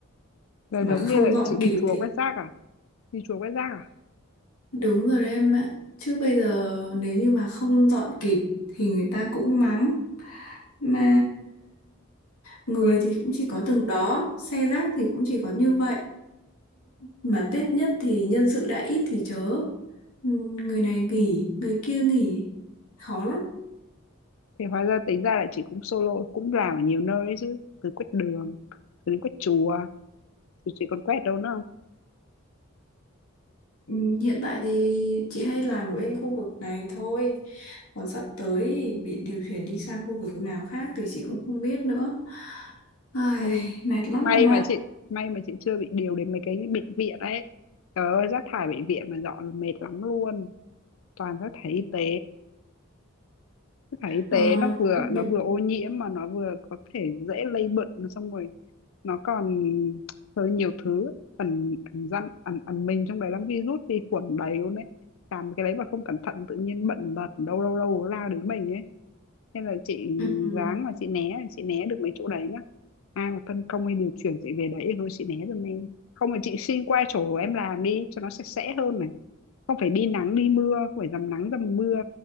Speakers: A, on the left (about 65°); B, on the left (about 80°).
A: là
B: mà
A: giống
B: không
A: như là
B: dọn
A: chị đi
B: kịp
A: chùa
B: thì
A: quét rác à đi chùa quét rác à
B: đúng rồi đấy em ạ chứ bây giờ nếu như mà không dọn kịp thì người ta cũng mắng mà người
A: quên
B: thì cũng chỉ có từng đó xe rác thì cũng chỉ có như vậy mà Tết nhất thì nhân sự đã ít thì chớ người này nghỉ người kia nghỉ khó lắm
A: thì hóa ra tính ra là chị cũng solo cũng làm ở nhiều nơi đấy chứ từ quét đường từ đến quét chùa rồi chị còn quét đâu nữa không
B: Ừ, Hiện tại thì chị hay làm ở bên khu vực này thôi Còn sắp tới thì bị điều chuyển đi sang khu vực nào khác thì chị cũng không biết nữa Ai,
A: ôi
B: mệt lắm
A: may
B: em
A: mà
B: ạ
A: chị may mà chị chưa bị điều đến mấy cái bệnh viện đấy trời ơi rác thải bệnh viện mà dọn là mệt lắm luôn toàn rác thải y tế Rác thải y
B: Ờ,
A: tế nó vừa
B: những,
A: nó vừa ô nhiễm mà nó vừa có thể dễ lây bệnh xong rồi nó còn hơi nhiều thứ ẩn ẩn dặn ẩn ẩn mình trong đấy lắm virus vi khuẩn đầy luôn đấy làm cái đấy mà không cẩn thận tự nhiên bệnh tật đâu đâu đâu lao đến mình ấy nên là chị
B: ừ, ừ,
A: ráng mà chị né chị né được mấy chỗ đấy nhá ai mà phân công hay điều chuyển chị về đấy thì thôi chị né giùm em không thì chị xin qua chỗ em làm đi cho nó sạch sẽ hơn này không phải đi nắng đi mưa không phải dầm nắng dầm mưa